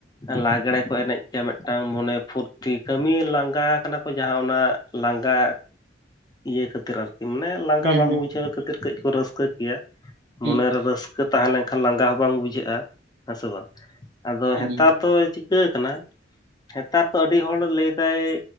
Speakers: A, on the left; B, on the right.
A: -ᱞᱟᱜᱽᱬᱮ ᱠᱚ ᱮᱱᱮᱡ ᱜᱮᱭᱟ ᱢᱤᱫᱴᱟᱝ ᱢᱚᱱᱮ ᱯᱷᱩᱨᱛᱤ ᱠᱟᱹᱢᱤ ᱞᱟᱸᱜᱟ ᱠᱟᱱᱟ ᱠᱚ ᱡᱟᱦᱟᱸ ᱚᱱᱟ ᱞᱟᱸᱜᱟ ᱤᱭᱟᱹ ᱠᱷᱟᱹᱛᱤᱨ ᱟᱨᱠᱤ ᱢᱟᱱᱮ ᱞᱟᱸᱜᱟ
B: ᱦᱩᱸ
A: ᱵᱟᱝ ᱵᱩᱡᱷᱟᱹᱣ ᱠᱷᱟᱹᱛᱤᱨ ᱠᱟᱹᱡ ᱠᱚ ᱨᱟᱹᱥᱠᱟᱹ ᱠᱮᱭᱟ᱾
B: ᱦᱩᱸ
A: ᱢᱚᱱᱮᱨᱮ ᱨᱟᱹᱥᱠᱟᱹ ᱛᱟᱦᱮᱸ ᱞᱮᱱᱠᱷᱟᱱ ᱞᱟᱸᱜᱟ ᱦᱚᱸ ᱵᱟᱝ ᱵᱩᱡᱷᱟᱹᱜᱼᱟ ᱦᱮᱸ ᱥᱮ ᱵᱟᱝ ᱟᱫᱚ
B: ᱦᱩᱸ
A: ᱦᱮᱛᱟᱨ ᱫᱚ ᱪᱤᱠᱟᱹ ᱠᱟᱱᱟ ᱦᱮᱛᱟᱨ ᱫᱚ ᱟᱹᱰᱤ ᱦᱚᱲ ᱞᱟᱹᱭ ᱫᱟᱭ